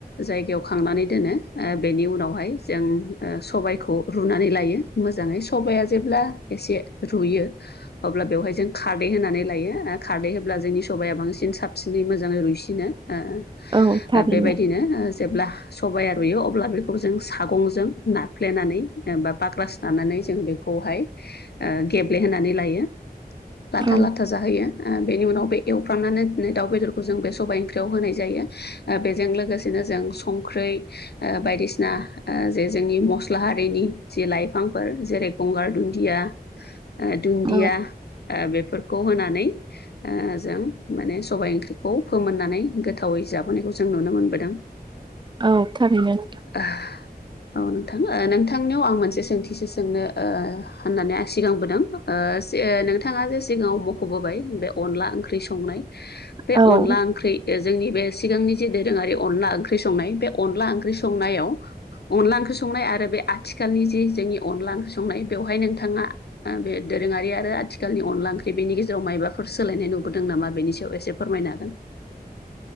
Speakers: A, on the left; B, on the right.
A: जायगायाव खांनानै दोनो ओ बेनि उनावहाय जों ओ सबायखौ रुनानै लायो। मोजाङै सबाइआ जेब्ला एसे रुयो अब्ला बेवहाय जों खारदै होनानै लायो ओ खारदै होब्ला जोंनि सबाया बांसिन साबसिनै मोजाङै रुइसिनो। ओ
B: औ थारैनो
A: ओ बेबायदिनो ओ जेब्ला सबाया रुइयो अब्ला बेखौ जों सागंजों नाफ्लेनानै बा बाग्रास लानानै जों बेखौहाय ओ गेब्लेहोनानै लायो। लाथा
B: औ
A: लाथा जाहैयो ओ बेनि उनाव बे एवफ्रामनानै इदिनो दाउ बेदरखौ जों बे सबाय ओंख ख्रियाव होनाय जायो बेजों लोगोसेनो जों संख्रै ओ बायदिसिना ओ जे जोंनि मस्लाहारिनि जि लाइफांफोर जेरै गंगार दुन्दिया ओ दुन्दिया
B: औ
A: ओ बेफोरखौ होनानै ओ जों माने सबाय ओंख्रिखौ फोमोननानै गोथावै जाबोनायखौ जों नुनो मोनबोदों।
B: औ थारैनो नोंथां।
A: वोहो औ नोंथां ओ नोंथांनियाव आं मोनसे सोंथिसो सोंनो ओ होननानै आं सिगांबोदों ओ से नोंथाङा जे सिगाङाव मख'बोबाय बे अनला ओंख्रि संनाय बे
B: औ
A: अनला ओंख्रि ओ जोंनि बे सिगांनि जे दोरोङारि अनला ओंख्रि संनाय बे अनला ओंख्रि संनायाव अनला ओंख्रि संनाय आरो बे आथिखालनि जे जोंनि अनला ओंख्रि संनाय बेवहाय नोंथाङा ओ बे दोरोङारि आरो आथिखालनि अनला ओंख्रि बेनि गेजेराव मायबाफोर सोलायनाय नुबोदों नामा बेनि स सायाव एसे फोरमायनो हागोन